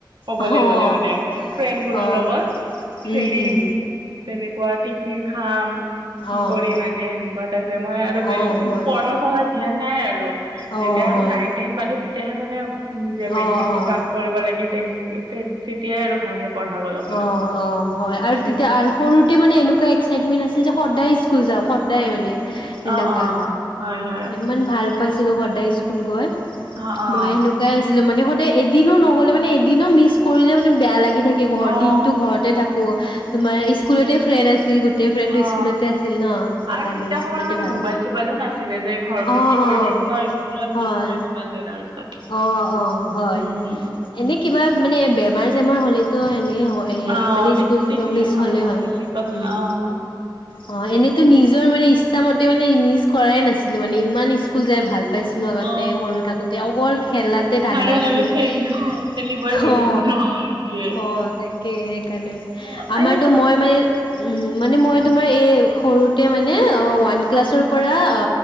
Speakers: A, on the right; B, on the left.
A: ক'বলে
B: অ',
A: গ'লে মানে ফ্ৰেণ্ডবোৰৰ
B: অ',
A: লগত খেলিম,
B: উম, উম,
A: তেনেকুৱা টিফিন খাম কি
B: অ',
A: কৰিম আজি সেনেকুৱা টাইপে মই আৰু
B: অ',
A: বেলে
B: হয়।
A: পঢ়া-চঢ়াত ধ্যান নাই আৰু।
B: অ',
A: যেতিয়া আৰু
B: হয়,
A: নাইন, টেন পালো তেতিয়াহে মানে উম যে মেট্ৰিকটো
B: অ', অ',
A: পাছ কৰিব লাগে তেনেক তেতিয়াই আৰু ভালকে পঢ়া গ'ল অকমান
B: অ অ হয় আৰু
A: এনেতো
B: তেতিয়া আৰু
A: স্কুল
B: সৰু তে মানে এনেকুৱা এক্সাইটমেণ্ট আছিল যে সদায় স্কুল যাওঁ সদায় মানে। সেনেকুৱা
A: অ অ হয় হয়
B: ইমান ভাল পাইছিলো সদায় স্কুল গৈ
A: অ অ
B: মই সেনেকুৱাই আ ছিলো মানে সদায় এদিনো নগ'লে মানে, এদিনো মিছ কৰিলে মানে বেয়া লাগি থাকে ঘৰত
A: অ
B: দিনটো ঘৰতে থাকো কো তোমাৰ স্কুলতে ফ্ৰেণ্ড আছিল গোটে গোটেই ফ্ৰেণ্ড
A: অ
B: স্কুলতে আছিল ন সেইকাৰণে
A: আৰু তেতিয়া
B: স্কুলতে
A: সময়ত মানে
B: ভাল।
A: মোবাইল চোবাইলো নাছিলে যে ঘৰতনো
B: অ
A: কি কৰি
B: অ
A: থাকিম
B: তে
A: ন স্কুলত
B: হয়
A: মিছ কৰি থকা যায় তাৰপিছত
B: অ অ হয়।
A: উম
B: এনে কিবা মানে বেমাৰ-চেমাৰ হ'লে টো এনেই হয়।
A: উম, অ'
B: মানে
A: সেই
B: স্কুল যেতিয়া
A: তেতিয়া
B: মিছ হ'লে
A: অ'
B: হয়
A: বেলেগ কথা
B: উম।
A: অ'।
B: অ এনেইটো নিজৰ মানে, ইচ্ছা মতে মানে মিছ কৰাই নাছিলো মানে ইমান স্কুল যাই ভাল পাইছি লো আগতে
A: অ'
B: সৰু থাকোতে, অকল খেলাতে ধান্দা
A: কাৰণ
B: আছিল
A: আমি খেলি অ' খেলিবই গৈছিলো
B: অ।
A: ন সেইটোৱে।
B: অ তাকে সেইকাৰণে
A: অ'
B: আমাৰটো
A: এই তুম
B: মই মানে উম মানে মইটো তোমাৰ এই সৰুতে মানে, অ ওৱান ক্লাছৰ পৰা অ